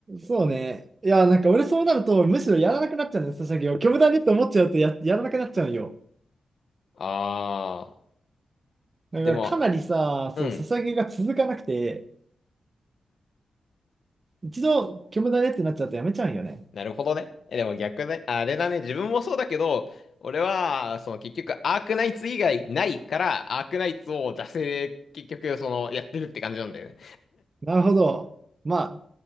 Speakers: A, on the right; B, on the left.
A: そうね。いや、なんか俺そうなると、むしろやらなくなっちゃうんです、ソシャゲを。虚無だねって思っちゃうとや、やらなくなっちゃうんよ。
B: あ
A: だからかなりさ、
B: ー、でも、うん、
A: そう、ソシャゲが続かなくて、一度虚無だねってなっちゃうとやめちゃうんよね。
B: なるほどね。え、でも逆ね、あれだね、自分もそうだけど、俺は、その結局、アークナイツ以外ないから、アークナイツを惰性で結局、その、やってるって感じなんだよね。
A: なるほど。まあ、